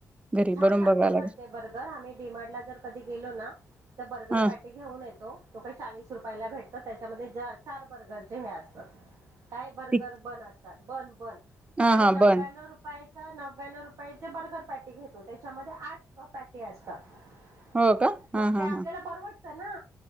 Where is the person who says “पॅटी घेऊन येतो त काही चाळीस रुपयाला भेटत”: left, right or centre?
Right